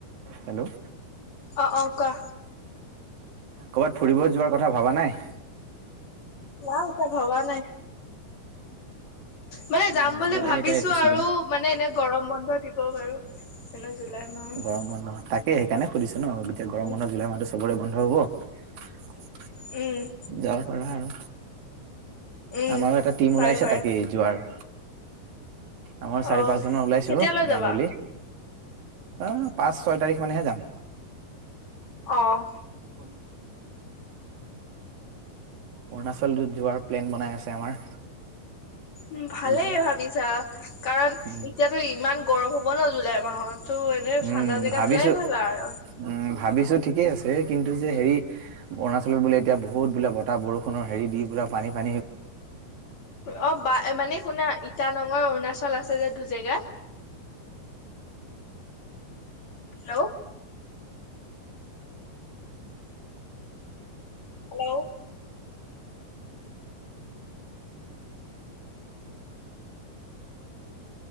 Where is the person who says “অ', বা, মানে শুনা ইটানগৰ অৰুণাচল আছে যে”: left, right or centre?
Left